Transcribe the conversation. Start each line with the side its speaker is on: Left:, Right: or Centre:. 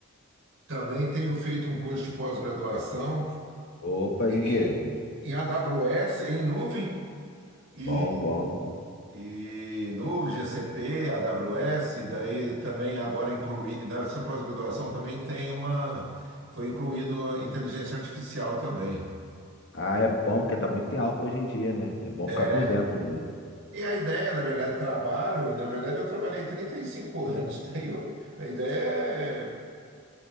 Right: Também tenho feito um curso de pós-graduação
Left: Opa,
Right: em,
Left: em quê?
Right: em AWS, em nuvem, e,
Left: Bom, bom.
Right: e nuvem, GCP, AWS, daí também agora incluí, nessa pós-graduação também tem uma, foi incluído inteligência artificial também.
Left: Ah, é bom porque tá muito em alta hoje em dia, né? É bom
Right: É,
Left: ficar por dentro mesmo.
Right: E a ideia, na verdade, trabalho, na verdade eu trabalhei trinta e cinco anos, <laughs> daí eu, a ideia